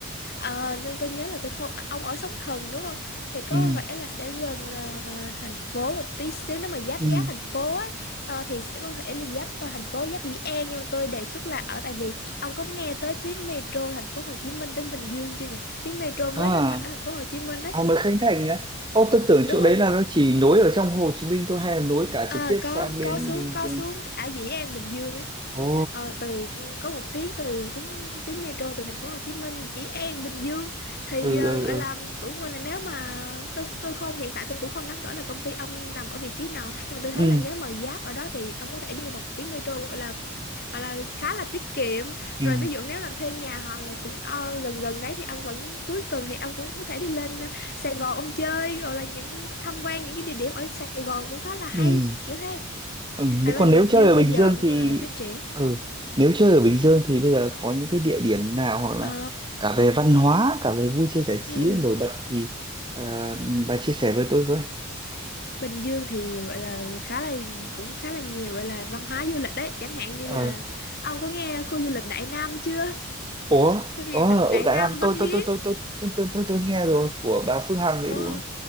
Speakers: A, on the left (about 45°); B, on the right (about 20°).
A: à, nhưng tôi nhớ là tôi không ông ở sóng thần đúng không thì có
B: ừ
A: vẻ là sẽ gần ờ, thành phố một tí xíu nếu mà giáp
B: ừ
A: giáp thành phố ấy ờ, thì sẽ có thể là giáp ờ, thành phố giáp Dĩ An nhưng mà tôi đề xuất là ở tại vì ông có nghe tới tuyến metro thành phố Hồ Chí Minh tới Bình Dương chưa nhỉ tuyến metro mới
B: à
A: khánh thành ở thành phố Hồ Chí Minh đấy
B: À mới Khánh Thành á. Ô tôi tưởng
A: đúng
B: chỗ đấy
A: rồi
B: là nó chỉ nối ở trong Hồ Chí Minh thôi hay là nối cả
A: à,
B: trực tiếp
A: có
B: sang bên
A: có xuống
B: Bình
A: có
B: Dương.
A: xuống ở Dĩ An Bình Dương ấy
B: Ồ.
A: Ờ, từ có một tuyến từ xuống tuyến metro từ thành phố Hồ Chí Minh Dĩ An Bình Dương thì
B: Ừ
A: ờ,
B: ừ
A: gọi
B: ừ.
A: là cũng gọi là nếu mà tôi tôi không hiện tại tôi cũng không nắm rõ là công ty ông nằm ở vị trí nào nhưng mà tôi
B: Ừ
A: thấy là nếu mà giáp ở đó thì ông có thể đi bằng tuyến metro gọi là hoặc là khá là tiết kiệm
B: ừ
A: rồi ví dụ nếu là thuê nhà hoặc là cũng ờ, gần gần đấy thì ông vẫn cuối tuần thì ông cũng có thể đi lên Sài Gòn ông chơi rồi là những tham quan những cái địa điểm ở Sài Gòn cũng khá là hay
B: ừ.
A: kiểu thế
B: ừ. Nếu
A: hoặc là
B: còn
A: Bình
B: nếu chơi
A: Dương
B: ở Bình
A: bây giờ
B: Dương
A: cũng
B: thì
A: gọi là phát triển
B: ừ, nếu chơi ở Bình Dương thì bây giờ có những cái địa điểm nào hoặc là
A: ờ
B: cả về văn hóa, cả về vui chơi giải trí
A: ừ.
B: nổi bật thì ờ, bà chia sẻ với tôi với.
A: Bình Dương thì gọi là khá là cũng khá là nhiều gọi là văn hóa du lịch đấy chẳng hạn như
B: Ờ.
A: là ông có nghe khu du lịch Đại Nam chưa
B: Ủa,
A: khu du
B: Ủa,
A: lịch
B: ở
A: Đại
B: Đại
A: Nam
B: Nam
A: Văn
B: tôi
A: Hiến
B: tôi tôi tôi tôi tôi tôi tôi tôi nghe rồi của bà Phương Hằng đấy
A: Ừ,
B: đúng không?